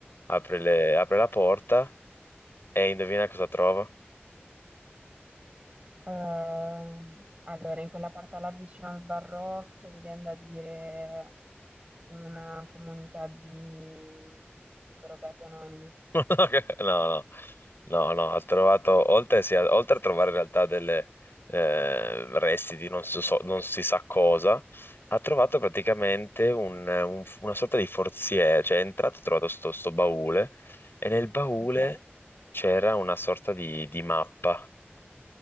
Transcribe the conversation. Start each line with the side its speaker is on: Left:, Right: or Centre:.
Left: apre le- apre la porta e indovina cosa trova?
Right: Ehm, allora, in quella parte là vicino al Barrocchio, mi viene da dire una comunità di drogati anonimi.
Left: <laughs> No, no, no, no, ha trovato, oltre, sì, a- oltre a trovare in realtà delle eh, resti di non, so- so- non si sa cosa, ha trovato praticamente un- un- una sorta di forziere, cioè è entrato e ha trovato sto, sto baule e nel baule
Right: Ok.
Left: c'era una sorta di, di mappa,